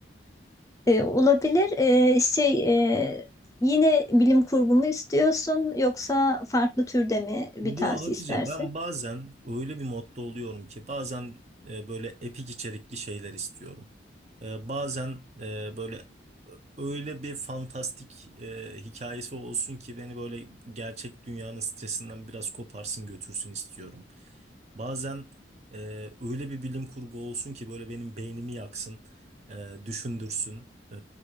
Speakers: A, on the left; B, on the right.
A: E, olabilir. E, şey e, yine bilim kurgu mu istiyorsun yoksa farklı türde mi bir
B: Ya
A: tavsiye
B: Hatice
A: istersin?
B: ben bazen öyle bir modda oluyorum ki bazen e, böyle epik içerikli şeyler istiyorum. Ee, bazen e, böyle öyle bir fantastik e, hikayesi olsun ki beni böyle gerçek dünyanın stresinden biraz koparsın götürsün istiyorum. Bazen e, öyle bir bilim kurgu olsun ki böyle benim beynimi yaksın, e, düşündürsün. E,